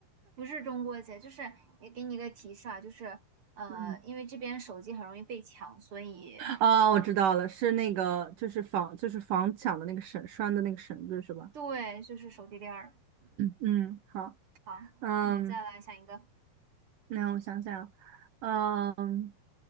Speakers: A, on the right; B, on the right.
A: 不是中国结，就是也给你一个提示啊，就是呃，
B: 嗯，
A: 因为这边手机很容易被抢，所以
B: 啊，我知道了，是那个就是房就是房抢的那个绳拴的那个绳子是吧？
A: 对，就是手机链儿。
B: 嗯，好，
A: 好，
B: 嗯，
A: 你再来想一个。
B: 那我想想，嗯，